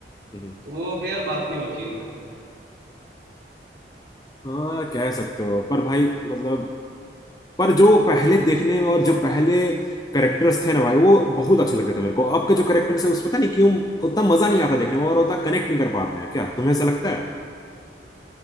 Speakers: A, on the left; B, on the right.
A: हम्म
B: तो वो अब यार बात नहीं बची इनमें
A: हाँ कह सकते हो पर भाई मतलब पर जो पहले देखने में और जो पहले करेक्टर्स थे ना भाई वो बहुत अच्छे लगते थे मेरे को अब के जो करेक्टर्स है उसमें पता नहीं क्यों उतना मजा नहीं आता देखने में और उतना कनेक्ट नहीं कर पाते हैं क्या तुम्हें ऐसा लगता है